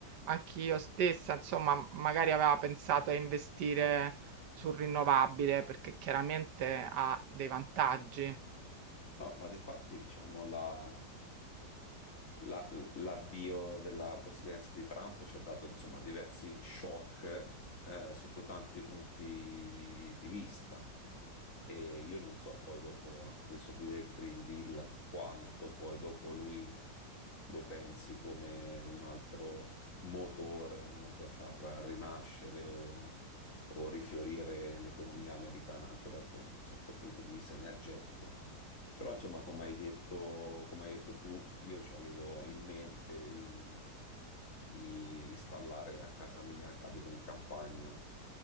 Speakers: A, on the right (about 75°); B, on the left (about 50°).
A: Anch'io stessa, insomma, m- magari aveva pensato a investire sul rinnovabile perché chiaramente ha dei vantaggi.
B: No, ma di fatti, diciamo, la, La- l'avvio della presidenza di Trump ci ha dato insomma diversi shock eh, sotto tanti punti di vista. E io non so poi dopo anche questo qui del Green Deal quanto poi dopo lui lo pensi come un altro motore, no? Per far rinascere o, o rifiorire l'economia americana anche dal, pun- sotto il punto di vista energetico. Però insomma, come hai detto, come hai detto tu, io ci avevo in mente di, di installare a casa mia, che abito in campagna,